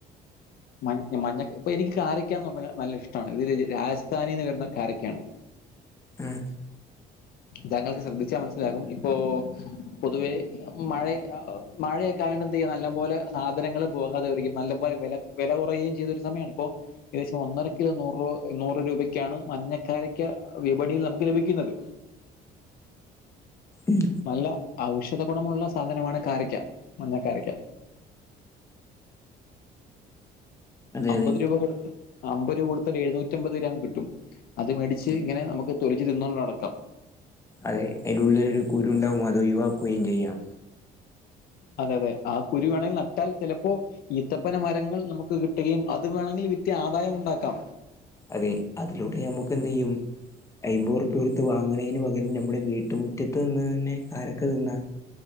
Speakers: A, on the left; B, on the left.
A: മൻ മഞ്ഞ ഇപ്പൊ എനിക്ക് കാരക്കാന്ന് പറഞ്ഞാൽ നല്ല ഇഷ്ടാണ്. ഇത് രാജസ്ഥാനിന്ന് വരുന്ന കാരക്കയാണ്.
B: ഉം
A: താങ്കൾക്ക് ശ്രദ്ധിച്ചാ മനസ്സിലാകും ഇപ്പൊ പൊതുവേ മഴ മഴയൊക്കെ ആയോണ്ട് എന്ത് ചെയ്യാ നല്ല പോലെ സാധനങ്ങൾ പോകാതെ വരിക്കും നല്ല പോലെ വെല വെല കൊറയുകയും ചെയ്തൊരു സമയാണ് ഇപ്പോ ഏകദേശം ഒന്നര കിലോ നൂറ് നൂറ് രൂപയ്ക്കാണ് മഞ്ഞക്കാരക്ക വിപണിയിൽ നമുക്ക് ലഭിക്കുന്നത്.
B: ഉം
A: നല്ല ഔഷധ ഗുണമുള്ള സാധനമാണ് കാരയ്ക്ക മഞ്ഞക്കാരക്ക
B: അതെ
A: അമ്പത്
B: അതെ
A: രൂപ കൊടുത്ത അമ്പത് രൂപ കൊടുതാൽ എഴുന്നൂറ്റി അമ്പത് ഗ്രാം കിട്ടും അത് മേടിച്ച്
B: ഉം
A: ഇങ്ങനെ നമുക്ക് തൊലിച്ച് തിന്നുകൊണ്ട് നടക്കാം.
B: അതെ അയിന്റെ ഉള്ളിലൊരു കുരു ഉണ്ടാവും അത് ഒഴിവാക്കുകയും ചെയ്യാം.
A: അതെ അതെ ആ കുരു വേണെങ്കി നട്ടാൽ ചെലപ്പോ ഈത്തപ്പന മരങ്ങൾ നമുക്ക് കിട്ടുകയും അത് വേണമെങ്കിൽ വിറ്റ് ആദായം ഉണ്ടാക്കാം.
B: അതെ അതിലൂടെ നമുക്ക് എന്തെയ്യും. അയ്മ്പർപ്യ കൊടുത്ത് വാങ്ങ്ണീന്ന് പകരം നമ്മുടെ വീട്ടുറ്റത്ത് നിന്ന് തന്നെ കാരക്ക തിന്നാ.